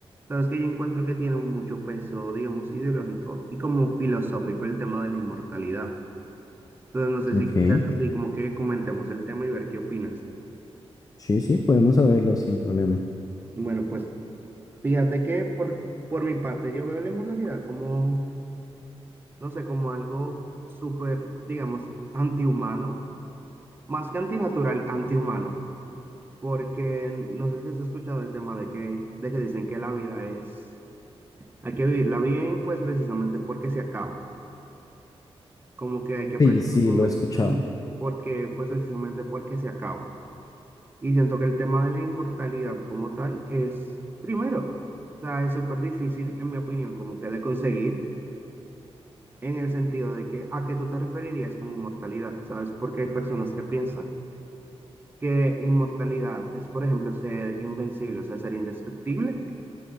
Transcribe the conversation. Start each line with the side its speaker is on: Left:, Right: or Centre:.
Right: sabes que yo encuentro que tiene mucho peso, digamos, ideológico y como filosófico el tema de la inmortalidad. Entonces, no sé
Left: Ok,
Right: si quieres así como que comentemos el tema y ver qué opinas.
Left: sí, sí, podemos saberlo sin problema.
Right: Bueno, pues Fíjate que por, por mi parte yo veo la inmortalidad como, no sé, como algo súper, digamos, antihumano, más que antinatural, antihumano, porque no sé si has escuchado el tema de que, de que dicen que la vida es, hay que vivirla bien, pues precisamente porque se acaba, como que hay que apreciar
Left: Sí, sí,
Right: los
Left: lo
Right: momentos
Left: he escuchado.
Right: de la vida, porque, pues precisamente porque se acaba. Y siento que el tema de la inmortalidad como tal es, primero, o sea, es súper difícil, en mi opinión, como que de conseguir. en el sentido de que a qué tú te referirías con inmortalidad, ¿sabes? Porque hay personas que piensan que inmortalidad es, por ejemplo, ser invencible, o sea, ser indestructible,